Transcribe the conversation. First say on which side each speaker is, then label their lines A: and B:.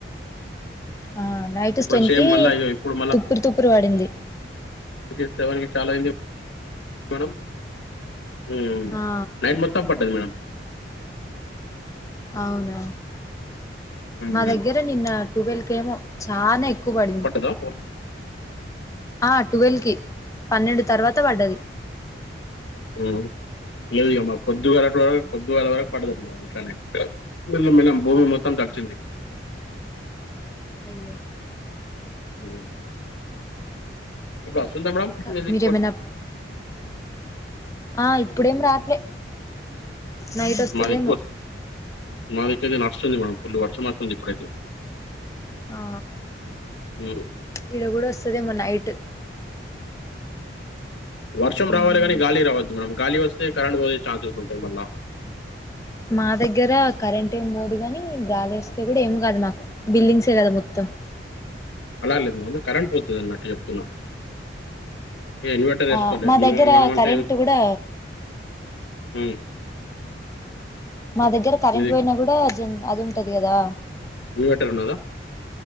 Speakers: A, on the left (about 15°); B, on the left (about 70°).
A: ఆ నైట్
B: ఇప్పుడు
A: స్ టెన్
B: సేమ్
A: కి
B: మళ్ళా ఇప్పుడు
A: తుప్పురి తుప్పురి పడింది
B: ఇక్కడ సెవెన్ కి చాలా అయ్యింది మేడం ఉమ్
A: ఆ
B: నైన్ మ మొత్తం పడ్డది మేడం
A: అవునా
B: ఉమ్,
A: మా దగ్గర నిన్న టువెల్ కి ఏమో చాలా ఎక్కువ పడింది
B: బాగాపడిందా
A: ఆ టువెల్వ్ కి పన్నెండు తర్వాత పడ్డది
B: ఉమ్ లేదుగామ్మా పొద్దుగాల వర పొద్దుగాల వరకు పడుతు మ ఇట్లనే మిల్ల మిల్లం భూమి మొత్తం తడిచింది
A: అయ్యో
B: ఊహు ఇప్పుడు వస్తుందా మేడం
A: ఇంకా
B: మీ దిక్కు
A: మీరేమైనా
B: వర్షం
A: ఆ ఇప్పుడేం రాట్లే నైట్ వస్తదేమో
B: మాది ఎక్కువ మా దిక్కు అయితే వస్తుంది. మేడమ్ ఫుల్లు వర్షం వస్తుంది. ఇప్పుడైతే
A: ఆ
B: ఉమ్,
A: ఇడ కూడా వస్తదేమో నైట్
B: వర్షం
A: హ్మ్
B: రావాలి కానీ గాలి రావద్దు మేడం గాలి వస్తే కరెంట్ పోయె ఛాన్సెస్ ఉంటాయి మళ్ళ
A: మా దగ్గర కరెంట్ ఏమి పోదు కాని గాలి వేస్తే కూడా ఏమి కాదు మాకు బిల్డింగ్సే కదా మొత్తం
B: అలా లేమ వ కరెంట్ పోతదన్నట్టు చెప్తున్నా ఇన్వెటర్ వేసుకోవాలి
A: ఆ మా
B: మనము
A: దగ్గర
B: మనం అంటే
A: కరెంట్ కూడా
B: అ
A: మా దగ్గర కరెంట్
B: ఇది
A: పోయినా కూడా అర్జ్ అది ఉంటది కదా
B: ఇన్వర్టర్ ఉన్నద